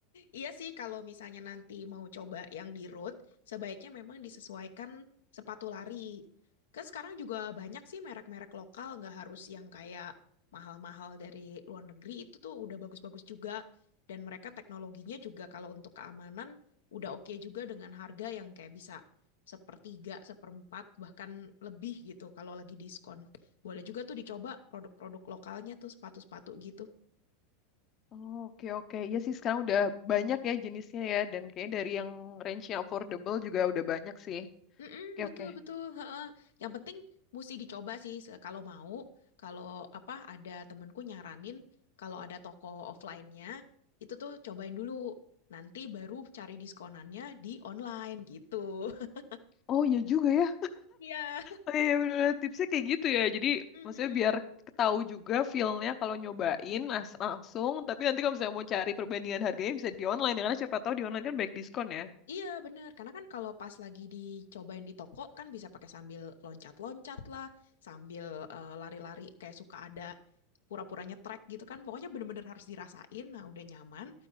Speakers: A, on the left (about 85°); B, on the left (about 40°).
A: Iya sih, kalau misalnya nanti mau coba yang di road, sebaiknya memang disesuaikan sepatu lari. Kan sekarang juga banyak sih merek-merek lokal, nggak harus yang kayak mahal-mahal dari luar negeri, itu tuh udah bagus-bagus juga. Dan mereka teknologinya juga kalau untuk keamanan, udah oke juga dengan harga yang kayak bisa sepertiga, seperempat, bahkan lebih gitu kalau lagi diskon. Boleh juga tuh dicoba produk-produk lokalnya tuh sepatu-sepatu gitu.
B: Oh, oke oke Iya sih sekarang udah banyak ya jenisnya ya dan kayaknya dari yang range yang affordable juga udah banyak sih
A: Mm-mm,
B: oke
A: betul
B: oke
A: betul. Heeh. Yang penting mesti dicoba sih se- kalau mau. Kalau apa ada temenku nyaranin kalau ada toko offline-nya itu tuh cobain dulu. Nanti baru cari diskonannya di online gitu. <laughs>
B: Oh iya juga ya
A: Iya.
B: Oh iya bener, tipsnya kayak gitu ya. Jadi
A: Mm-mm.
B: maksudnya biar tahu juga feel-nya kalau nyobain mas- langsung. Tapi nanti kalau misalnya mau cari perbandingan harganya bisa di online. ya. Karena siapa tahu di online kan banyak diskon ya.
A: Iya bener, karena kan kalau pas lagi dicobain di toko kan bisa pakai sambil loncat-loncat lah, sambil eh, lari-lari kayak suka ada pura-puranya track gitu kan. Pokoknya bener-bener harus dirasain, nah udah nyaman,